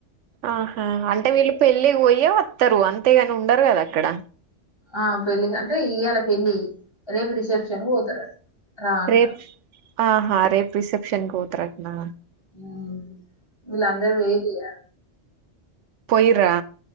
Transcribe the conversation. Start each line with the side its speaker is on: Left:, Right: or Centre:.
Right: ఆహా అంటే వీళ్ళు పెళ్ళికి పోయె వత్తరు అంత్ తే గాని ఉండరు గదా అక్కడ
Left: ఆ పెళ్లి అంటే ఇయాల పెళ్లి రేపు రిసెప్షన్ పోతారంట రా అంటార్
Right: రేప్ ఆహా రేపు రిసెప్షన్కి పోతారాంట్నా
Left: హు ఇలాందరు పోయిరిగా
Right: పోయిరా